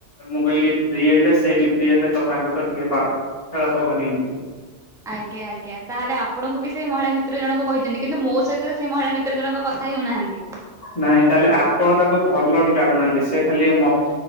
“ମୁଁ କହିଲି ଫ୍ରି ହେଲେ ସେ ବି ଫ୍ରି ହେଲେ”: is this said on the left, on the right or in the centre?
Left